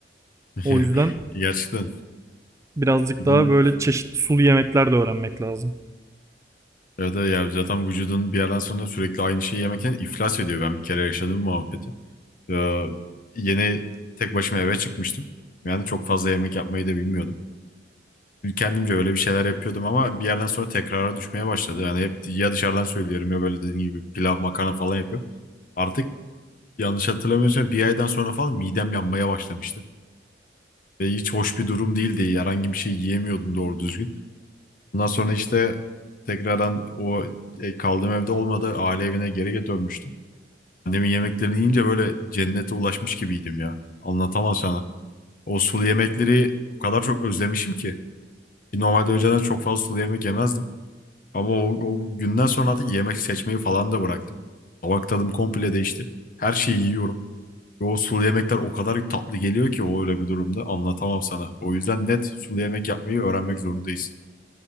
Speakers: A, on the left; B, on the right.
A: <laughs>
B: O yüzden
A: Gerçekten.
B: Birazcık
A: Vücudun,
B: daha böyle çeşitli sulu yemekler de öğrenmek lazım.
A: evet, evet ya zaten vücudun bir yerden sonra sürekli aynı şeyi yemekten iflas ediyor. Ben bir kere yaşadığım muhabbeti. Ee, yeni tek başıma eve çıkmıştım. Yani çok fazla yemek yapmayı da bilmiyordum. Kendimce öyle bir şeyler yapıyordum ama bir yerden sonra tekrara düşmeye başladı. Yani hep ya dışarıdan söylüyorum ya böyle dediğin gibi pilav, makarna falan yapıyorum. Artık yanlış hatırlamıyorsam bir aydan sonra falan midem yanmaya başlamıştı. Ve hiç hoş bir durum değildi. Herhangi bir şey yiyemiyordum doğru düzgün. Ondan sonra işte tekrardan o e, kaldığım evde olmadı. Aile evine geri dönmüştüm. Annemin yemeklerini yiyince böyle cennete ulaşmış gibiydim ya. Anlatamam sana. O sulu yemekleri o kadar çok özlemişim ki. Normalde önceden çok fazla sulu yemek yemezdim. Ama o, o günden sonra artık yemek seçmeyi falan da bıraktım. Tabak tadım komple değişti. Her şeyi yiyorum. O sulu yemekler o kadar tatlı geliyor ki o öyle bir durumda anlatamam sana. O yüzden net sulu yemek yapmayı öğrenmek zorundayız.